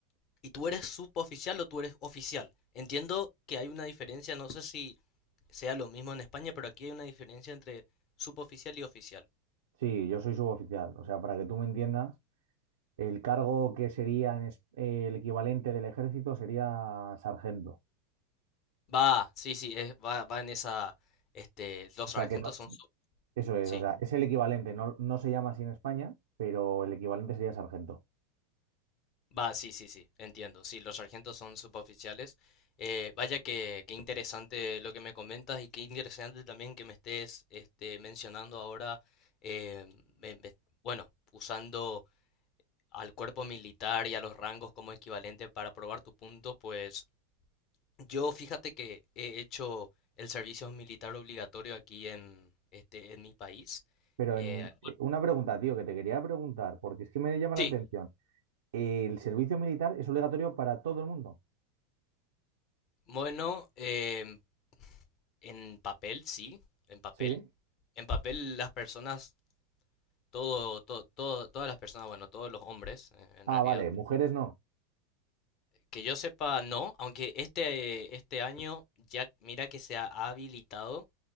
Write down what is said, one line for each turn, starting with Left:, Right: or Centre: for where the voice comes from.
Left: ¿y tú eres suboficial o tú eres oficial? Entiendo que hay una diferencia, no sé si sea lo mismo en España, pero aquí hay una diferencia entre suboficial y oficial.
Right: Sí, yo soy suboficial, o sea, para que tú me entiendas. El cargo que sería en es- eh, el equivalente del ejército sería sargento.
Left: Va, sí, sí, es- va, va en esa, este, los
Right: O
Left: sargentos
Right: sea que no,
Left: son, sub-
Right: eso es,
Left: sí,
Right: o sea, es el equivalente, no, no se llama así en España, pero el equivalente sería sargento.
Left: va, sí, sí, sí, entiendo, sí, los sargentos son suboficiales. Eh, vaya que, qué interesante lo que me comentas y qué interesante también que me estés, este, mencionando ahora, eh, me- me- bueno, usando al cuerpo militar y a los rangos como equivalente para probar tu punto, pues yo fíjate que he hecho el servicio militar obligatorio aquí en, este, en mi país.
Right: Pero
Left: Eh,
Right: en eh, una pregunta, tío, que te quería preguntar, porque es que me llama la
Left: Sí,
Right: atención. ¿El servicio militar es obligatorio para todo el mundo?
Left: Bueno, eh, en papel sí, en papel.
Right: Sí.
Left: En papel las personas, todo, to- todo- todas las personas, bueno, todos los hombres eh, en
Right: Ah,
Left: realidad,
Right: vale, mujeres no.
Left: que yo sepa no, aunque este, este año ya mira que se ha ha habilitado